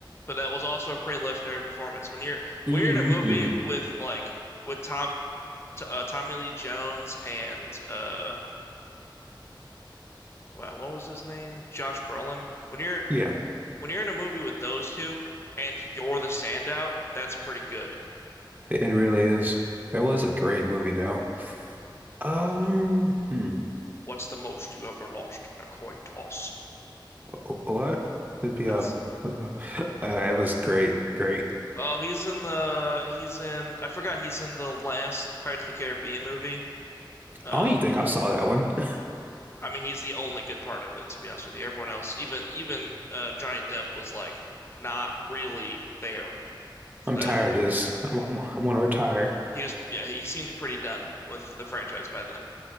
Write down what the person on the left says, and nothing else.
but that was also a pretty legendary performance. When you're
when you're in a movie
with like with Tom uh, Tommy Lee Jones and uh wow, what was his name? Josh Brolin. When you're
when you're in a movie with those two and you're the standout, that's pretty good.
What's the most you ever lost in a coin toss?
That's
oh, he's in the he's in I forgot he's in the last Pirates of the Caribbean movie. Um,
I mean he's the only good part of it to be honest with you. Everyone else, even even uh, Johnny Depp was like not really there for
that.
He was yeah he seemed pretty done with the franchise by then.